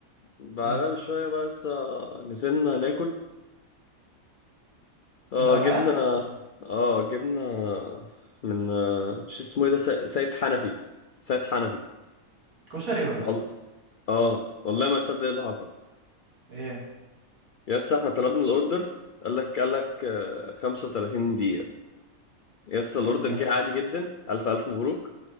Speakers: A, on the left; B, on the right.
A: بعدها
B: امم
A: بشوية بقى لسه نزلنا ناكل اه
B: انت والعيال
A: جبنا اه جبنا من آه، مش اسمه ايه ده س- سيد حنفي سيد حنفي
B: كشري ولا
A: والله اه والله ما تصدق ايه اللي حصل
B: ايه
A: يا اسطى احنا طلبنا الاوردر قال لك قال لك آه، 35 دقيقة يا اسطى
B: مم،
A: الاوردر
B: ماشي
A: جه عادي جدا الف الف مبروك